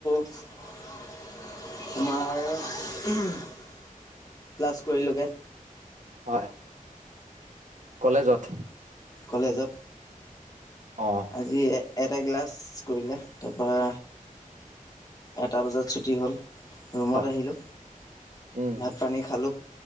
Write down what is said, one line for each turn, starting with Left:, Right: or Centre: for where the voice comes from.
Left: তোমাৰ ক্লাছ কৰিলোগে।
Right: হয়, কলেজত?
Left: কলেজত
Right: অ',
Left: আজি এটা ক্লাছ কৰিলে তাৰপৰা এটা বজাত ছুটি হ'ল, ৰুমত
Right: হয়,
Left: আহিলোঁ
Right: উম,
Left: ভাত পানী খালোঁ।